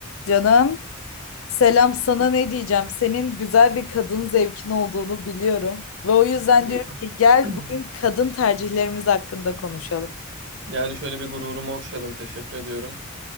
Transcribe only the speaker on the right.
İyi.
<clears throat>
Yani şöyle bir gururumu okşadın. Teşekkür ediyorum.